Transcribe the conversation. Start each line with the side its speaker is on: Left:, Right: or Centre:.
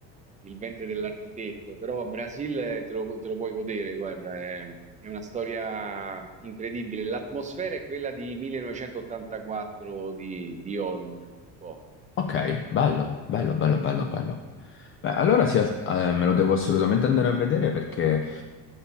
Right: il ventre dell'architetto, però Brasil eh, te lo, te lo puoi godere, guarda, è, è una storia incredibile. L'atmosfera è quella di 1984 di, di Orwell, un po'.
Left: Ok, bello, bello, bello, bello, bello. Beh, allora sì, eh, me lo devo assolutamente andare a vedere perché